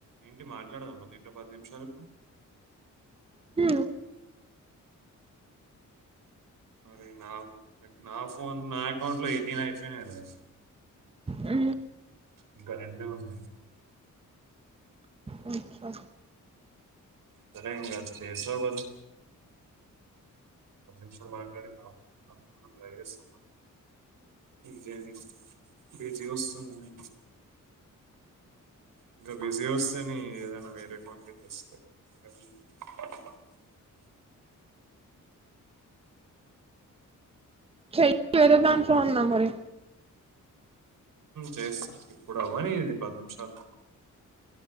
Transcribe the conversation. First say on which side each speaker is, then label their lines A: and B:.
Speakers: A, on the right; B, on the right.
A: ఏంటి మాట్లాడదామ్మా దీంట్లో పది నిమిషాలు ఇప్పుడు
B: హ
A: మరి నా నా ఫోన్ నా అకౌంట్ లో ఎయిటీన్ అయిపోయినా కద
B: ఆ
A: ఇంకా రెండు ఉన్నాం
B: ఓకే
A: సరేంగా చే సగుదు పది నిమిషం మాై సమాం జ ఏజవస్తుంది ఇంకా బిజీ వస్తాని ఏదైనా వేరే కోౌంట్కి చేస్తా <unintelligible>
B: చెయ్యి వేరే దాంట్లో ఉన్నా మరి
A: చేస్త ఇప్పుడు అవ్వని ఇది పది నిమిషాలు